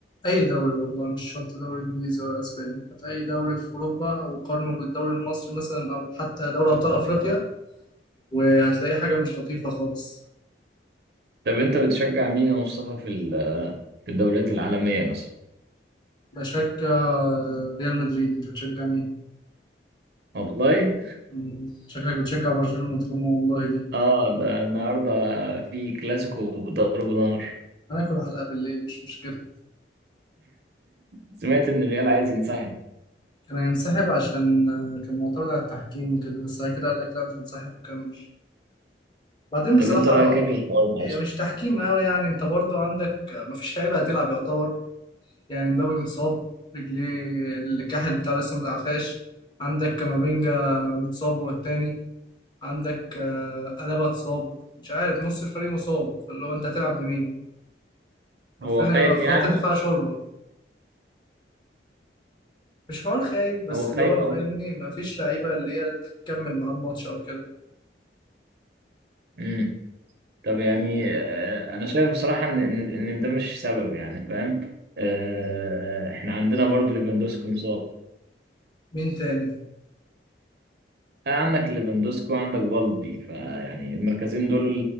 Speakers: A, on the left; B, on the right.
A: أي دوري والله مش شرط دوري إنجليزي ولا أسباني هات أي دوري في أوروبا وقارنه بالدوري المصري مثلا أو حتى دوري أبطال أفريقيا وهتلاقي حاجة مش لطيفة خالص
B: طب انت بتشجع مين يا مصطفى في ال- في الدوريات العالميه مثلا
A: بشجع ريال مدريد أنت بتشجع مين؟
B: والله
A: مم، شكلك بتشجع برشلونة طالما والله دي
B: اه ده النهارده في كلاسيكو ضرب نار
A: هناكل علقة بالليل مش مشكلة
B: سمعت ان الريال عايز ينسحب
A: كان هينسحب عشان آه، كان معترض على التحكيم وكده بس بعد كده قال لك لا مش هنسحب وكمل بعدين بصراحة
B: طب انت رايك ايه في الحوار ده
A: هي
B: اصلا
A: مش تحكيم قوي يعني انت برضو عندك مفيش لعيبة هتلعب يعتبر يعني مبابي متصاب رجليه الكاحل بتاعه لسه ما تعفاش عندك كامافينجا متصاب هو التاني عندك آه، ألابا اتصاب مش عارف نص الفريق مصاب فاللي هو انت هتلعب بمين عارفين
B: هو خايف
A: هيبقى خط
B: يعني
A: الدفاع شوربة مش حوار خايف بس
B: هو خايف
A: اللي هو
B: قصدك
A: فاهمني مفيش لعيبة اللي هي تكمل معاه الماتش أو كده
B: امم طب يعني آه انا شايف بصراحه ان ان إن ده مش سبب يعني فاهم آه احنا عندنا برضو ليفاندوسكي مصاب
A: مين تاني
B: آه عندك ليفاندوسكي وعندك بالدي فيعني المركزين دول